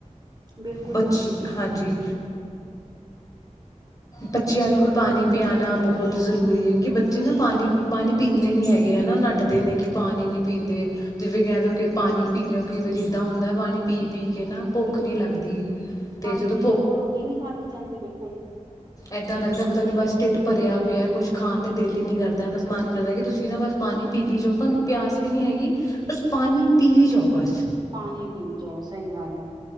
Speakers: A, on the right; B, on the left.
A: ਬਿਲਕੁਲ
B: ਬੱਚੇ
A: ਜੀ ਬਿਲਕੁਲ।
B: ਹਾਂਜੀ ਬੱਚਿਆਂ ਨੂੰ ਵੀ ਪਾਣੀ ਪਿਆਣਾ ਬਹੁਤ ਬਹੁਤ ਜ਼ਰੂਰੀ ਹੈ ਕਿਉਂਕਿ ਬੱਚੇ ਨਾ ਪਾਣੀ ਪਾਣੀ ਪੀਂਦੇ ਨਹੀਂ ਹੈਗੇ ਹੈ ਨਾ ਨੱਠਦੇ ਨੇ ਕਿ ਪਾਣੀ ਨਹੀਂ ਪੀਂਦੇ, ਜਿਵੇਂ ਕਹਿ ਦਿਉ ਕਿ ਪਾਣੀ ਪੀ ਲਿਓ ਕਈ ਵਾਰੀ ਇੱਦਾਂ ਹੁੰਦਾ ਪਾਣੀ ਪੀ-ਪੀ ਕੇ ਨਾ ਭੁੱਖ ਨਹੀਂ ਲੱਗਦੀ। ਅਤੇ
A: ਹਾਂਜੀ
B: ਜਦੋਂ
A: ਉਹ ਰੋਟੀ ਨਹੀਂ ਖਾਧੀ ਜਾਂਦੀ ਬਿਲਕੁਲ।
B: ਏਦਾਂ ਲੱਗਦਾ ਪਤਾ ਨੀ ਬਸ ਢਿੱਡ ਭਰਿਆ ਪਿਆ ਕੁਛ ਖਾਣ ਤੇ ਦਿਲ
A: ਹੂੰ
B: ਈ ਨੀ ਕਰਦਾ
A: ਹੂੰ
B: ਬਸ ਮਨ ਕਰਦਾ ਕਿ ਤੁਸੀਂ ਤੁਸੀਂ ਨਾ ਬਸ ਪਾਣੀ ਪੀ ਵੀ ਜਾਓ ਤੁਹਾਨੂੰ ਪਿਆਸ ਵੀ ਨਹੀਂ ਹੈਗੀ, ਬਸ ਪਾਣੀ ਪੀ ਵੀ ਜਾਓ ਬਸ।
A: ਪਾਣੀ ਪੀਈ ਜਾਓ ਸਹੀ ਗੱਲ ਹੈ।